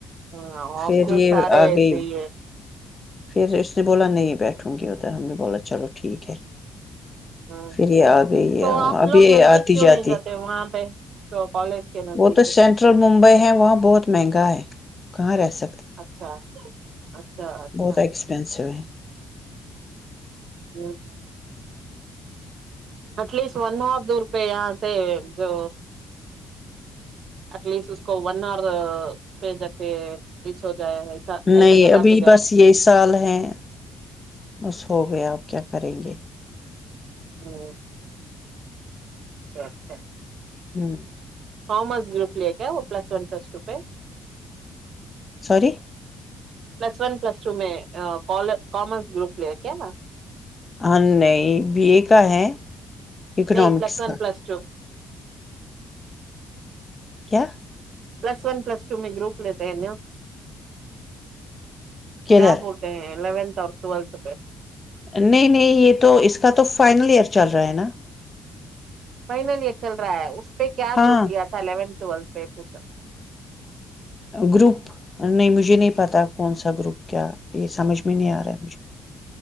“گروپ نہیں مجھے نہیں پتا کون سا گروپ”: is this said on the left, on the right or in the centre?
Left